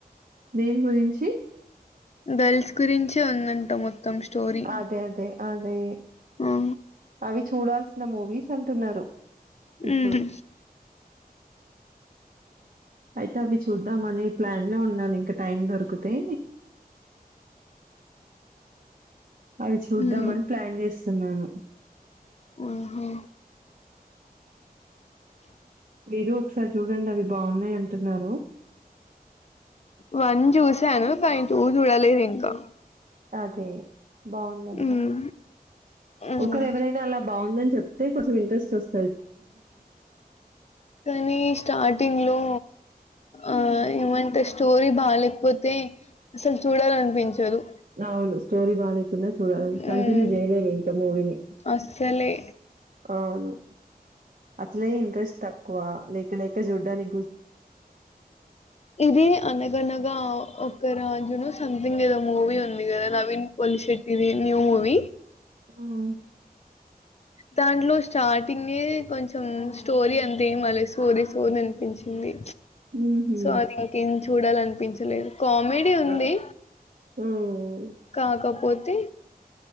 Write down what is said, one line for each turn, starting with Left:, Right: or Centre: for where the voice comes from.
Right: దేన్ గురించి
Left: గర్ల్స్ గురించి ఉందంటా మొత్తం స్టోరీ
Right: అదె అదే అదే
Left: ఆ
Right: అవి చూడాల్సిన మూవీస్ అంటున్నారు ఇప్పుడు
Left: ఉహు
Right: అయితే అవి చూద్దామని ప్లాన్ లో ఉన్నాను ఇంకా టైం దొరికితే అవి చూద్దామని
Left: మ్మ్
Right: ప్లాన్ చేస్ స్తున్నాను
Left: ఆహా
Right: మీరు ఒకసారి చూడండి అది బాగున్నాయి అంటున్నారు
Left: వన్ చూసాను కానీ టూ చూడలేదు ఇంకా
Right: అదే బాగుందంట
Left: మ్మ్ మ్మ్
Right: ఒక రెవరైనా అలా బాగుందని చెప్తే కొంచెం ఇంట్రెస్ట్ వస్తు
Left: నీ స్టార్టింగ్లో ఆ ఏమంటే స్టోరీ బాలేకపోతే అసలు చూడాలనిపించదు
Right: అవును స్టోరి బాలేక్ న్నా చూడాలి
Left: మ్మ్
Right: కంటిన్యూ చేయలేము ఇంకా మూవీని
Left: అస్సలే
Right: అవును అట్లే ఇంట్రెస్ట్ తక్కువ లేక్కి లేక్కి చూడ్డానికి కు అ <inaudible>
Left: ఇది అనగనగా ఒక రాజును సంథింగ్ ఏదో మూవీ ఉంది కదా నవీన్ పల్లి శెట్టిది న్యూ మూవి
Right: హమ్
Left: దాంట్లో స్టార్టింగే కొంచెం స్టోరీ అంతేంగాల స్టోరీ సోది అనిపించింది
Right: హుహు
Left: సో అది ఇంకేం చూడాలనిపించలేదు కామెడీ ఉంది
Right: ఆ హ్మ్
Left: కాకపోతే